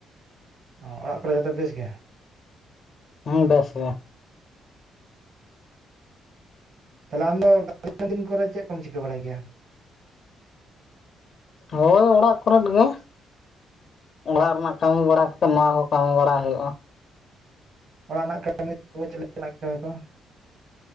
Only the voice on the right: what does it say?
ᱚ ᱚᱲᱟᱜ ᱠᱚᱨᱮ ᱡᱚᱛᱚ ᱵᱮᱥ ᱜᱮ?
ᱛᱟᱦᱞᱮ ᱟᱢ ᱫᱚ <unintelligible> ᱫᱤᱱ ᱠᱚᱨᱮ ᱪᱮᱜ ᱠᱚᱢ ᱪᱤᱠᱟᱹ ᱵᱟᱲᱟᱭ ᱜᱮᱭᱟ?
ᱚᱲᱟᱜ ᱨᱮᱱᱟᱜ <unintelligible> ᱪᱮᱫ ᱠᱟᱹᱢᱤ ᱠᱚ?